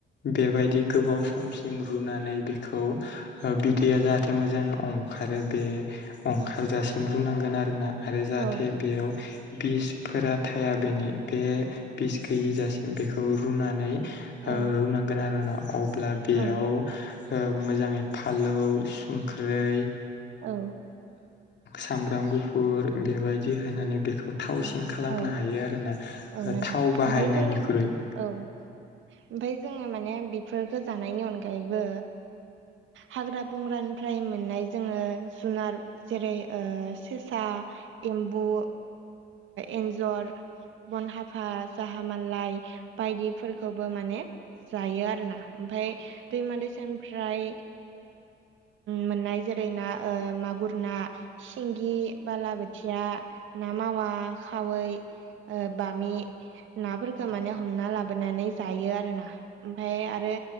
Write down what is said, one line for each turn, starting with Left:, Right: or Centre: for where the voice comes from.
Left: बेबायदि गोबाव सम। रुनानै बेखौ बिदैया जाहाथे मोजाङै ओंखारो बे अंखारजासिम रुनांगोन आरोना आरो जाहाथे
Right: औ
Left: बेयाव बिसफोरा थाया बेनि बे बिस गैयि जासिम बेखौ रुनानै।
Right: औ
Left: रुनांगोन आरोना अब्ला बेयाव।
Right: औ
Left: मोजाङै फालौ संख्रै।
Right: औ
Left: सामब्राम गुफुर बेबायदि होनानै बेखौ थावसिं खालामनो
Right: औ
Left: हायो आरो ना
Right: औ नोंथां
Left: थाव
Right: ओमफ्राय
Left: बाहायनायनिख्रुइ।
Right: जों औ ओमफफ्राय जोङो माने बेफोरखौ जानायनि अनगायैबो। हाग्रा बंग्रानिफ्राय मोननाय जोङो जुनार। जेरै सेसा एम्बु। एन्जर बन हाफा जाहा माललााय बायदिफोरखौबो माने जायो आरोना। ओमफफ्राय दैमा दैसानिफ्राय। मोननाय जेरै ना मागुर ना। सिंगि बालाबोथिया ना मावा। ना खावै बामि‌। नाफोरखौ माने हमना लाबोनानै जायो आरो ना ओमफाय आरो।